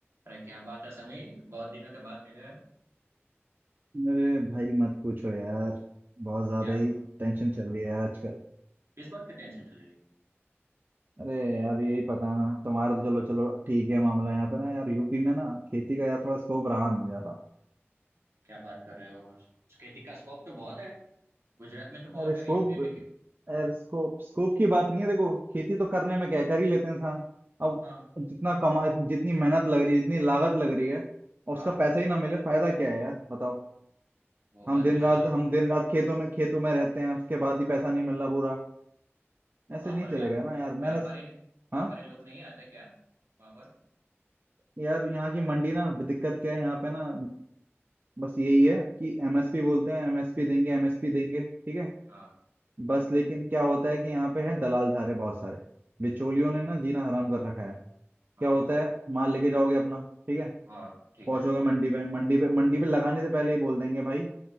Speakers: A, on the right; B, on the right.
A: अरे क्या बात है समीर बहुत दिनों के बाद मिले हैं
B: अरे भाई मत पूछो यार बहुत ज्यादा
A: क्या
B: ही
A: हुआ
B: टेंशन चल
A: हाँ
B: रही है यार आजकल
A: किस बात की टेंशन चल रही है
B: अरे यार यही पता ना तुम्हारा तो चलो चलो ठीक है मामला यहाँ पे ना यार यूपी में ना खेती का यार थोड़ा स्कोप रहा नहीं ज्यादा
A: क्या बात कर रहे हो खेती का स्कोप तो बहुत है गुजरात में तो बहुत
B: अरे स्कोप
A: है यूपी में क्यों
B: यार
A: हाँ
B: स्कोप स्कोप की बात नहीं है देखो खेती तो करने में क्या कर ही लेते हैं इंसान अब
A: हाँ
B: जितना कमा जितनी मेहनत लग रही है जितनी लागत लग रही है और
A: हाँ
B: उसका पैसा ही ना मिले फायदा क्या है यार बताओ
A: वो बात
B: हम दिन
A: भी सही
B: रात
A: है
B: हम दिन रात खेतों में खेतों में रहते हैं उसके बाद ही पैसा नहीं मिल रहा पूरा ऐसे
A: वहां
B: नहीं
A: पर
B: चलेगा
A: व्याप
B: ना यार मेहनत
A: व्यापारी व्यापारी
B: हाँ
A: लोग नहीं आते क्या वहां पर
B: यार यहाँ की मंडी ना दिक्कत क्या है यहाँ पे ना बस यही है कि एमएसपी बोलते हैं एमएसपी देंगे एमएसपी देंगे ठीक है
A: हाँ
B: बस लेकिन क्या होता है कि यहाँ पे है दलाल सारे बहुत सारे बिचौलियों ने ना जीना हराम कर रखा है
A: हाँ
B: क्या होता है माल लेके जाओगे अपना ठीक है
A: हाँ ठीक
B: पहुंचोगे
A: है
B: मंडी पे मंडी पे मंडी पे लगाने से पहले ही बोल देंगे भाई